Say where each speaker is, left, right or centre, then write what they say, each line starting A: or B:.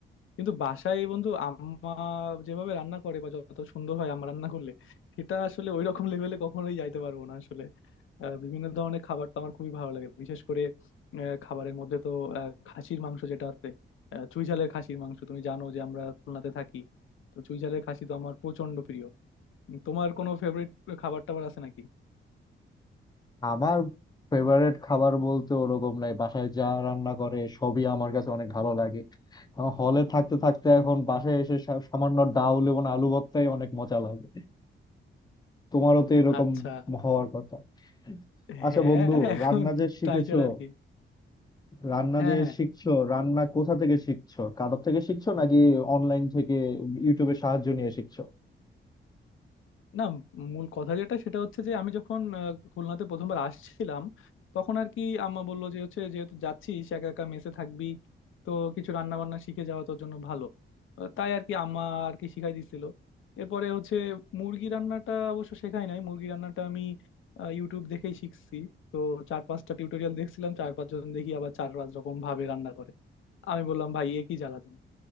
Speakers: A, on the left; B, on the left.
A: কিন্তু বাসায় বন্ধু আম্মা যেভাবে রান্না করে বা যত সুন্দর হয় আম্মা রান্না করলে সেটা আসলে ওই রকম লেভেলে কখনোই যাইতে পারবো না আসলে আহ, বিভিন্ন ধরনের খাবার তো আমার খুবই ভালো লাগে বিশেষ করে আহ, খাবারের মধ্যে তো আহ, খাসির মাংস যেটা আছে আহ, চুই ঝালের খাসির মাংস তুমি জানো যে আমরা খুলনাতে থাকি তো চুই ঝালের খাসি তো আমার প্রচন্ড প্রিয় তোমার কোনো ফেভারিট খাবার টাবার আছে নাকি
B: আমার ফেভারিট খাবার বলতে ওরকম নাই বাসায় যা রান্না করে সবই আমার কাছে অনেক ভালো লাগে হলে থাকতে থাকতে এখন বাসায় এসে সা- সামান্য ডাউল এবং আলু ভর্তাই অনেক মজা লাগে তোমারও তো এরকম
A: আচ্ছা
B: হওয়ার কথা আচ্ছা
A: হ্যাঁ
B: বন্ধু
A: এখন
B: রান্না যে শিখেছো
A: তাই ছাড়া আর কি
B: রান্না
A: হ্যাঁ
B: যে
A: হ্যাঁ
B: শিখছো রান্না কোথা থেকে শিখছো কারোর থেকে শিখছো নাকি অনলাইন থেকে ইউটিউবে সাহায্য নিয়ে শিখছো
A: না মূল কথা যেটা সেটা হচ্ছে যে আমি যখন আহ, খুলনাতে প্রথমবার আসছিলাম তখন আর কি আম্মা বললো যে হচ্ছে যেহেতু যাচ্ছিস একা একা মেসে থাকবি তো কিছু রান্না বান্না শিখে যাওয়া তোর জন্য ভালো আহ, তাই আর কি আম্মা আর কি শিখাই দিছিল এরপরে হচ্ছে মুরগি রান্নাটা অবশ্য শেখাই নাই মুরগি রান্নাটা আমি আহ, ইউটিউব দেখেই শিখছি তো চার পাঁচটা টিউটোরিয়াল দেখছিলাম চার পাঁচজন দেখি আবার চার পাঁচ রকম ভাবে রান্না করে আমি বললাম ভাই এ কি জ্বালাতন